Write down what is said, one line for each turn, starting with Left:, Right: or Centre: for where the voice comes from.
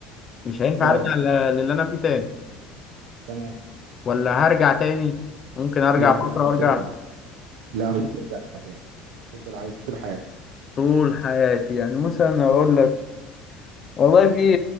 Left: مش هينفع
Right: اه
Left: ارجع ل- للي انا فيه تاني
Right: تمام
Left: ولا هرجع تاني ممكن ارجع
Right: لا
Left: فتره
Right: لا مش
Left: وارجع
Right: ترجع لا مش ترجع تاني تفضل عايش طول حياتك
Left: طول حياتي يعني مثلا اقول لك والله في